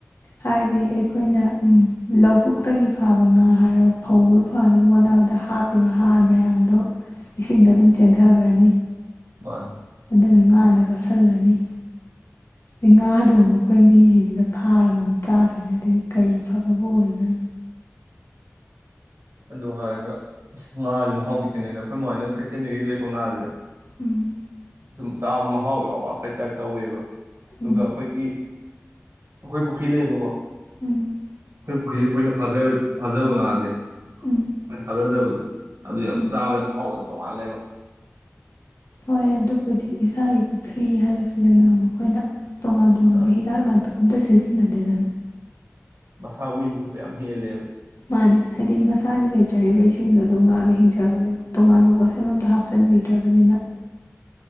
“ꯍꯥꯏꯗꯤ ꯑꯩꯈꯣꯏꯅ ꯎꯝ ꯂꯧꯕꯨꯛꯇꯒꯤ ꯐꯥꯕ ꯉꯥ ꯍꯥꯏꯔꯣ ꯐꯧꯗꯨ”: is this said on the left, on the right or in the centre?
Left